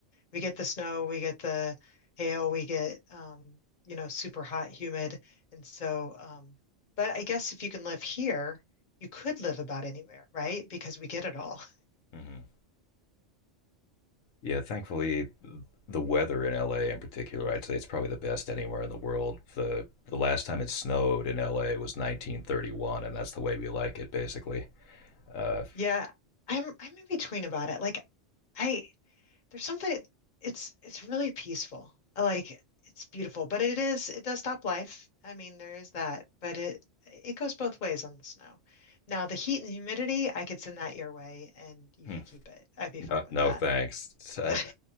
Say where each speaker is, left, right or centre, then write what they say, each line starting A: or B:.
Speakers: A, on the left (about 40°); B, on the left (about 85°).
A: we get the snow, we get the hail, we get um, you know, super hot, humid. And so um but I guess if you can live here, you could live about anywhere, right? Because we get it all.
B: Mm-hmm. Yeah, thankfully, the weather in LA in particular, I'd say it's probably the best anywhere in the world. The the last time it snowed in LA was 1931, and that's the way we like it, basically. Uh,
A: Yeah, I'm I'm in between about it. Like I there's something it's it's really peaceful. I Like it's beautiful, but it is it does stop life. I mean, there is that, but it it goes both ways on the snow. Now, the heat and humidity, I could send that your way and you
B: Hmm.
A: could keep it. I'd be
B: no,
A: fine with
B: no,
A: that.
B: thanks. I,
A: <laughs>